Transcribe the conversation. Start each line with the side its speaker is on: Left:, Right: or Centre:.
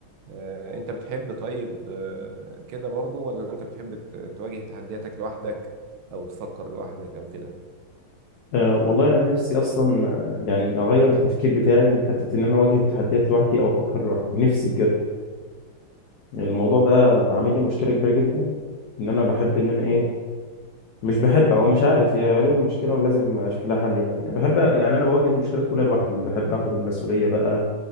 Right: آه، انت بتحب طيب آه، كده برضو ولا انت بتحب ت- تواجه تحدياتك لوحدك او تفكر لوحدك او كده
Left: أه والله انا نفسي اصلا آه، يعني اغير التفكير بتاعي من حته ان انا اواجه التحديات لوحدي او افكر لوحدي نفسي بجد الموضوع ده عامل لي مشكله كبيره جدا ان انا بحب ان انا ايه مش بحب او مش عارف هي غالبا مشكله ولازم اشوف لها حل يعني أنا بحب يعني انا بواجه المشكلات كلها لوحدي بحب اخد المسؤوليه بقى